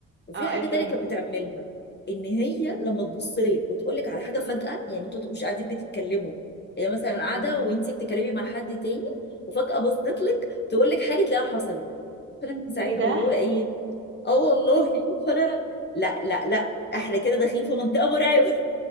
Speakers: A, on the left; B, on the right.
A: وفي
B: اه
A: حاجه
B: اي كلام
A: تانية كانت بتعملها ان هي لما تبص لك وتقول لك على حاجه فجاه يعني انتوا ما تبقوش قاعدين بتتكلموا هي مثلا قاعده
B: مم.
A: وانتي بتتكلمي مع حد تاني وفجاه بصت لك تقول لك حاجه تلاقيها حصلت فانا من ساعتها
B: ايه ده
A: واللي هو ايه اه والله فانا لا لا لا احنا كده داخلين في منطقه مرعبه